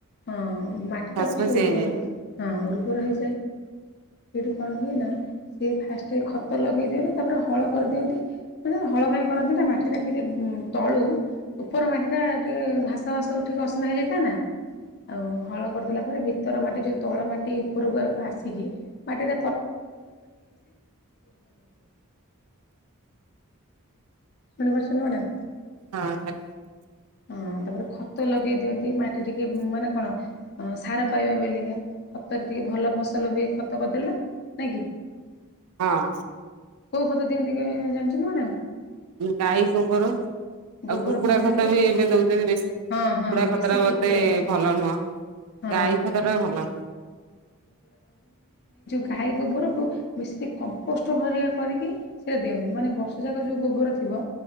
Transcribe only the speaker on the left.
ହଁ ମାଟି
ତା ବ
ସେ ଉର୍ବର
ହେ ହଁ ଉବ ହେଇଯାଏ ସେଠୁ କଣ ହୁଏ ନା ସିଏ ଫାଷ୍ଟ ଖତ ଲଗେଇ ଦିଅନ୍ତି ତାପରେ ହଳ କରିଦିଅନ୍ତି ମାନେ ହଳ କ କରନ୍ତି ନା ମାଟି ଟା ଟିକେ ତଳୁ ଉପର ମାଟି ଟା ଟିକେ ଘାସ ଘାସ ହେଯାଇଥା ଆଉ ହଳ କରିଦ ପରେ ଭ ମାଟି ଆସି ମାଟି ଶୁଣିପାରୁଛନ ମ୍ୟାଡ଼ାମ।
ହଁ ତାପରେ ଖତ ଲଗେଇ ଦିଅନ୍ତି ମାଟି ଟିକେ ମାନେ କଣ ସାର ପାଇବା ବେଲିକା ଖତରେ ଟିକେ ଭଲ ଫସଲ ହୁଏ ଖତ କରିଦେଲେ ନାଇଁ କି।
କୋଉ ଖତ ଦିଅନ୍ତି କି ଜାଣିଛନ୍ତି ମ୍ୟାଡ଼ାାମ।
ଗୋବର
ଦିଅନ୍ତି
ହଁ ହଁ ବେଶୀ
କୁକୁଡ଼ା
ଖତ
ହଁ।
ଗାହି ଗୋବରକୁ ବେଶୀ କମ୍ପୋଷ୍ଟ ଭରଆ କରିକି ସେ ଦିଅନ୍ତି ମାନେ ବର୍ଷ ଯାକ ଯୋଉ ଗୋବର ଥିବା